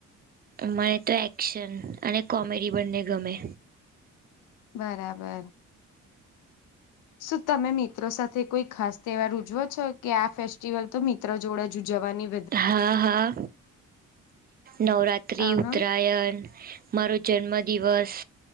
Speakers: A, on the right; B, on the left.
A: મને તો એક્શન અને કોમેડી બંને ગમે.
B: બરાબર. શું તમે મિત્રો સાથે કોઈ ખાસ તહેવાર ઉજવો છો? કે આ ફેસ્ટિવલ તો મિત્રો જોડે જ ઉજવાની
A: હા, હા નવરાત્રી,
B: અહ
A: ઉત્તરાયણ મારો જન્મદિવસ